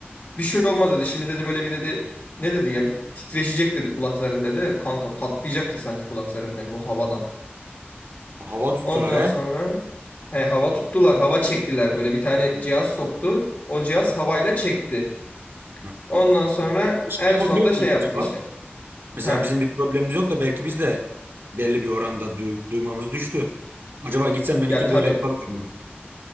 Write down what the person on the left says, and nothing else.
Bir şey olmaz dedi. Şimdi dedi böyle bir dedi. Ne dedi ya? Bir titreşecek dedi kulakların dedi. Kanka patlayacaktı sanki kulaklarım benim o havadan.
Ondan sonra
he, hava tuttular. Hava çektiler. Böyle bir tane cihaz soktu. O cihaz havayla çekti.
Ondan sonra
en
sonda şey
yaptı
işte.
He.
Ya tabii.